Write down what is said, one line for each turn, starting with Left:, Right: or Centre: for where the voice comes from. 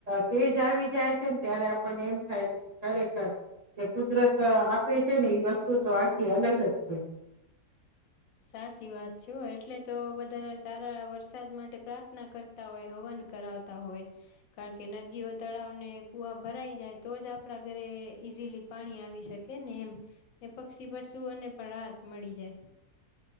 Right: તેજ આવી જાય છે ને ત્યારે આપણને એમ થાય છે કે ખરેખર, કે કુદરત આપે છે ને એ વસ્તુ તો આખી અલગ જ છે.
Left: સાચી વાત છે સો એટલે તો બધા સારા વરસાદ માટે પ્રાર્થના કર તા હોય હવન કરાવતા હોય, કારણ કે નદીઓ, તળાવને, કુઆ ભરાઈ જાય તો જ આપણા ઘરે ઈઝીલી, પાણી આવી શકે ને એમ, ને પક્ષી પશુઓને પણ રાહત મળી જાય.